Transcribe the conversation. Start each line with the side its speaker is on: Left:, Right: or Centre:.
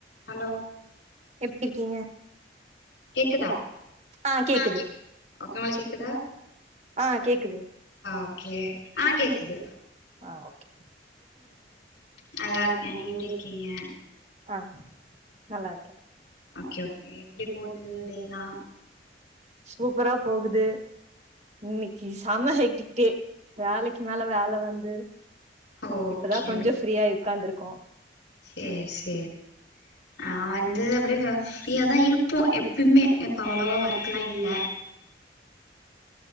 Left: hello
Right: எப்டி இருக்கீங்க
Left: கேக்குதா
Right: ஆ கேக்குது
Left: அக்கா உங்களுக்கு கேக்குதா
Right: ஆ கேக்குது
Left: ஓகே ஆ கேக்குது
Right: ஆ ஓகே
Left: நல்லாருக்கே நீங்க எப்டி இருக்கீங்க
Right: ஆ நல்லாருக்கே
Left: ஓகே ஓகே எப்டி போது டேலா
Right: சூப்பரா போகுது இன்னைக்கு செம ஹெட்டிக்ட்டே வேலைக்கு மேல வேல வந்து
Left: ஓகே
Right: இப்பதா கொஞ்ச
Left: ஓகே
Right: ஃப்ரீயாயி ஒக்காந்துருக்கோ
Left: சேரி சேரி நா வந்து அப்டியே வ ஃப்ரீயா தா இருப்போ எப்பயுமே இப்ப அவளவா ஒர்க்குலா இல்ல